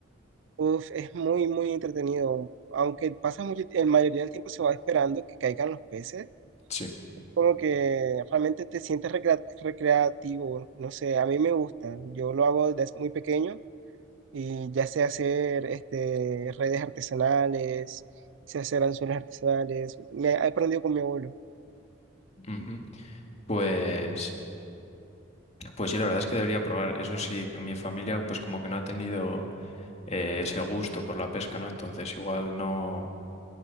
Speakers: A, on the right; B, on the left.
A: uf, es muy, muy entretenido. Aunque pasa mucho, la mayoría del tiempo se va esperando que caigan los peces.
B: Sí.
A: Como que realmente te sientes recrea- recreativo. No sé, a mí me gusta. Yo lo hago desde muy pequeño y ya sé hacer este, redes artesanales, sé hacer anzuelos artesanales. Me he aprendido con mi abuelo.
B: Ujú. Pues, Pues sí, la verdad es que debería probar. Eso sí, mi familia pues como que no ha tenido eh, ese gusto por la pesca, ¿no? Entonces igual no,